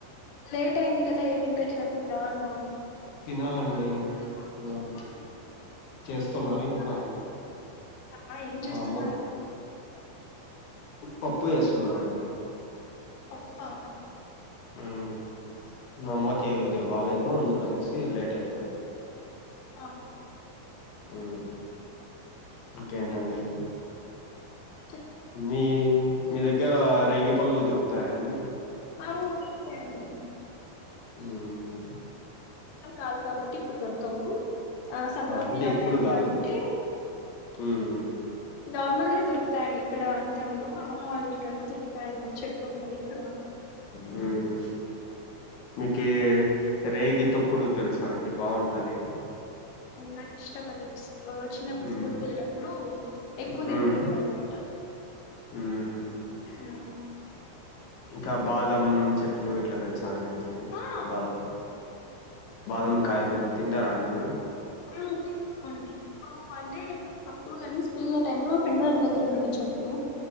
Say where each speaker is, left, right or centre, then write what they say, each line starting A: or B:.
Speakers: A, on the left; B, on the left.
A: లేట్ అయింది కదా ఏమి ఇంకా తినకుండా అన్నా
B: తినాలండి తినాలి చేస్తున్నారా ఇంకా
A: మ ఏం చేస్తున్నారు
B: మా అమ్మ పప్పు చేేస్తున్నా అండి
A: పప్పా
B: హుమ్ మా అమ్మకి కొద్దిగ్ అందుకనేసి లేట్ అయిపోయిందడి
A: ఆ
B: హుమ్ ఇంకేంటండి
A: ఓకే
B: మీ మీ దగ్గర రేగిపళ్ళు దొరుకుతాయా అండి
A: అ దొరుక్తాయండి
B: మ్మ్
A: న్ కాదు కాబట్టి ఇప్పుడు దొరకవు ఆ సంక్రాంతి
B: అంటే
A: ఆ
B: ఇప్పుడు
A: టైమ్ లో
B: కాదు
A: అంటే
B: మ్మ్.
A: నార్మల్ గా దొరుకుతాయండి ఇక్కడ అంతే ఉండ అమ్మమ్మ వాళ్ళ చుట్టనే దొరుకుతా అన్నమాట చెట్ ఉంటాయ్ ఇక్కడ
B: మ్మ్ మీకే రేగి తొక్కుడు తెలుసా అండి బాగుంటది
A: నాకి ఇష్టం అది చిన్నప్పుడు
B: మ్మ్.
A: స్కూల్కి వెళ్ళేటప్పుడు ఎక్కువ
B: హ్మ్
A: తిండింటిమి అన్మాట
B: హ్మ్
A: మ్మ్
B: ఇంకా బాదం చెట్లు ఇట్లా కలుసా అండి మీకు
A: ఆ
B: బాదం బాదమ్ కాయలు తింటారా అండి మీరు
A: ఆ తింటాం అండి ఇప్ అంటే తక్కువ కానీ స్కూల్ టైం లో మా ఫ్రెండ్ గారి దగ్గర ఉంటుండె చెట్టు